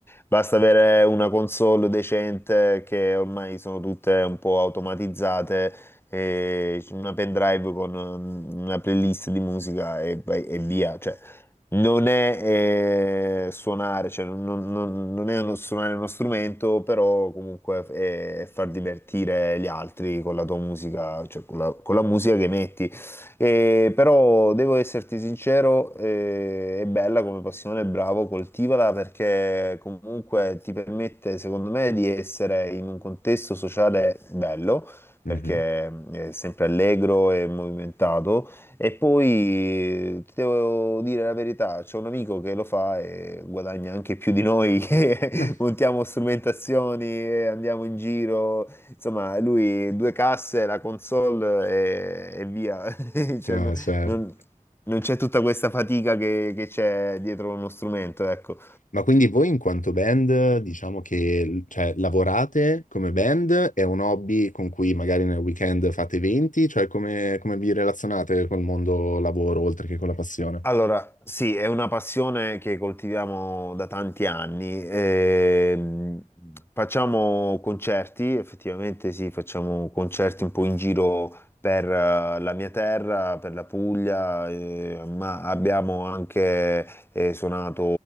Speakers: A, on the left; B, on the left.
A: basta avere una console decente che ormai sono tutte un po' automatizzate, e una pendrive con mm, una playlist di musica e, vai- e via, cioè non è eh, suonare, cioè non, non- non- non è uno- suonare uno strumento, però comunque è, è far divertire gli altri con la tua musica, cioè con la, con la musica che metti. E, però devo esserti sincero, eh, è bella come passione, bravo, coltivala perché comunque ti permette, secondo me, di essere in un contesto sociale bello,
B: mhm.
A: perché è sempre allegro e movimentato e poi ti devo dire la verità, c'è un amico che lo fa e guadagna anche più di noi <laughs> che
B: No,
A: montiamo strumentazioni e andiamo in giro. Insomma, lui due casse, la console e, e via. <laughs> Cioè,
B: no, certo.
A: non, non c'è tutta questa fatica che che c'è dietro uno strumento, ecco.
B: Ma quindi voi in quanto band, diciamo che cioè, lavorate come band, è un hobby con cui magari nel weekend fate eventi, cioè come, come vi relazionate col mondo lavoro oltre che con la passione?
A: Allora, sì, è una passione che coltiviamo da tanti anni. ehm, facciamo concerti, effettivamente sì, facciamo concerti un po' in giro per eh, la mia terra, per la Puglia, eh, ma abbiamo anche eh, suonato